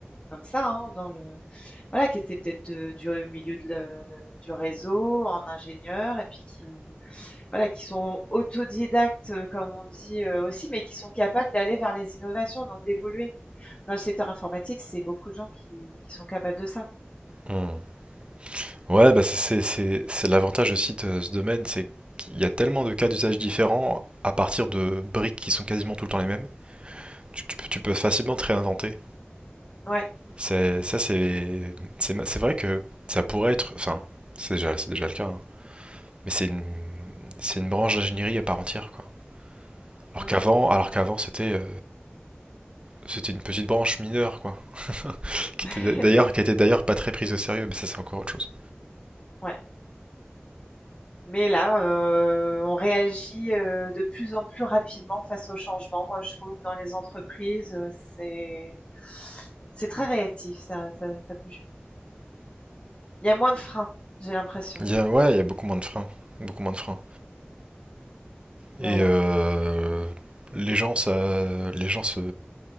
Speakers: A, on the left; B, on the right.
A: comme ça, hein, dans le... Voilà, qui étaient peut-être de- du milieu de le- le- du réseau, en ingénieur, et puis qui ont- voilà, qui sont autodidactes, euh, comme on dit euh, aussi, mais qui sont capables d'aller vers les innovations, donc d'évoluer. Dans le secteur informatique, c'est beaucoup de gens qui qui sont capables de ça.
B: Hmm. Ouais, bah c'est, c'est, c'est, c'est l'avantage aussi de ce domaine, c'est qu'il y a tellement de cas d'usage différents à partir de briques qui sont quasiment tout le temps les mêmes. Tu, tu peux- tu peux facilement te réinventer.
A: Ouais,
B: C'est, ça, c'est, c'est, ma- c'est vrai que ça pourrait être. Enfin, c'est déjà, c'est déjà le cas. hein. Mais c'est une, c'est une branche d'ingénierie à part entière, quoi. Alors
A: mmh.
B: qu'avant, alors qu'avant, c'était, euh, c'était une petite branche mineure, quoi. Qui
A: <laughs>
B: était d'a- d'ailleurs,
A: C'est
B: qui
A: ça,
B: était d'ailleurs pas très prise au sérieux, mais ça, c'est encore autre chose.
A: ouais. Mais là, heu, on réagit, heu, de plus en plus rapidement face aux changements. Moi, je trouve dans les entreprises, heu, c'est c'est très réactif, ça ça ça bouge bien. Il y a moins de freins, j'ai l'impression.
B: Il y a, ouais, il y a beaucoup moins de freins, beaucoup moins de freins. Et
A: Voilà,
B: euh, les gens, ça, les gens se,